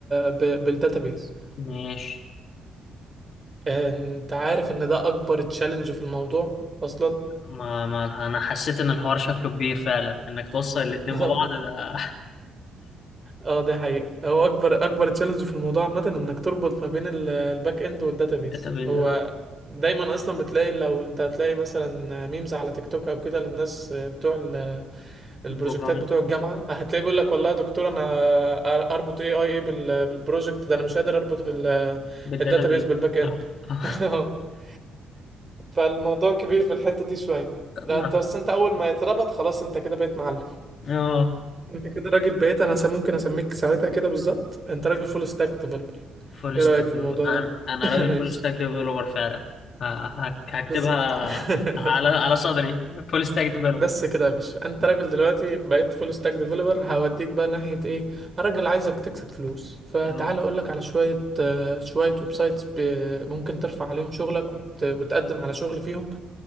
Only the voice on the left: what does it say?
ماشي
ما ما انا حسيت ان الحوار شكله كبير فعلا انك توصل الاتنين
ببعض ده
داتابيس
بروجرامينج
بالداتابيس
اه آه.
نعم.
آه.
فول
ستاك
ديفلوبر
انا
أنا
راجل
فول ستاك ديفلوبر فعلا ه- هك- هكتبها
على على صدري فول ستاك ديفلوبر
اه